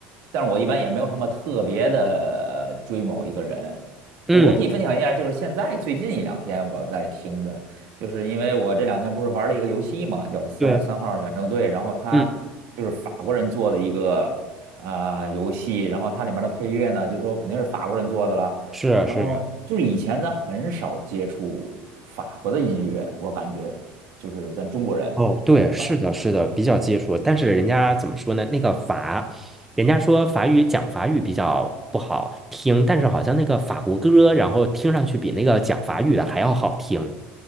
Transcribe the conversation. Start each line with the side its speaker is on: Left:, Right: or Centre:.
Right: 但是我一般也没有什么特别的呃追某一个人。
Centre: 嗯，
Right: 我可以分享一下，就是现在最近一两天我在听的，就是因为我这两天不是玩了一个游戏嘛，叫《三十三号远征队》，
Centre: 对，
Right: 然后它就是法国人做的一个啊、
Centre: 嗯，
Right: 游戏，然后它里面的配乐呢，就都肯定是法国人做的了。
Centre: 是啊，
Right: 然后就是以前咱很少接触法国的音乐，
Centre: 是啊
Right: 我感觉就是咱中国人，
Centre: 哦，对，
Right: 对吧？
Centre: 是的，是的，比较接触。但是人家怎么说呢？那个法，人家说法语讲法语比较不好听，但是好像那个法国歌，然后听上去比那个讲法语的还要好听。